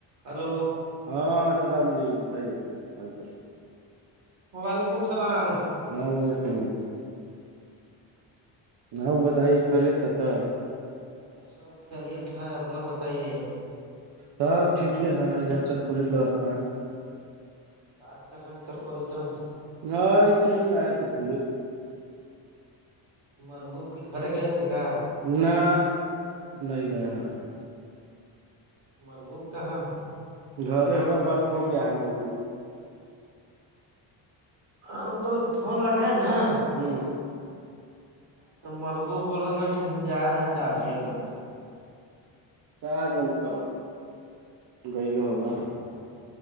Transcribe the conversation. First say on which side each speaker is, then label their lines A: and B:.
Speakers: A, on the right; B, on the right.
A: hello
B: ہاں ش رام جی بتائیے ح چال
A: وعلیکم السلام
B: اللام علیکم آؤ بتائیے
A: اور
B: خرییے تھے سر
A: سب خیریت ہے اپنا بتائیے
B: سب ٹھیک ہی ہے ادھر چکی طرف ہیں
A: کا کرن کرکور طرم جی
B: ہ ایسے ہی آیا تھ گورے
A: تارو گوپ کے گھر گئے تھے کیا
B: نہ نہیں نہیں
A: مرگوب کہاں ہے
B: گھر ہوگیا بات ہو گیا ہے مرگو
A: ہم تو فون لگیں نا
B: ھمم
A: تو مرگو بولو نا کہ ہم جا رہے ہیں ڈالتے گا
B: س جنتا ہو گئیل ہوبا